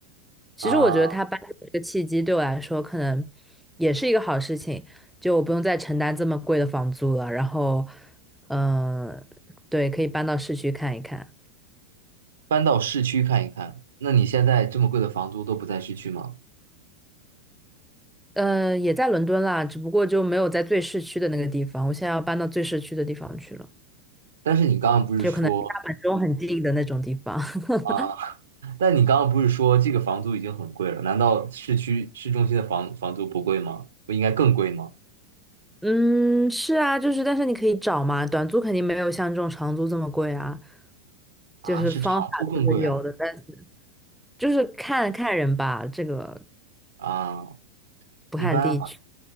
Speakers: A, in the centre; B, on the right.
A: 其实我觉得他搬走这个契机对我来说，
B: 啊，
A: 可能也是一个好事情，就我不用再承担这么贵的房租了。然后，嗯、对，可以搬到市区看一看。
B: 搬到市区看一看？那你现在这么贵的房租都不在市区吗？
A: 嗯，也在伦敦啦，只不过就没有在最市区的那个地方。我现在要搬到最市区的地方去了，
B: 但是你刚刚不是说
A: 就可能离大本钟很近的那种地方。<laughs>
B: 啊，<laughs> 但你刚刚不是说这个房租已经很贵了？难道市区市中心的房房租不贵吗？不应该更贵吗？
A: 嗯，是啊，就是但是你可以找嘛，短租肯定没有像这种长租这么贵啊，
B: 啊，
A: 就是方法都是有的，
B: 是长租更贵啊
A: 但是就是看看人吧，这个
B: 啊，
A: 不看地区，
B: 一般。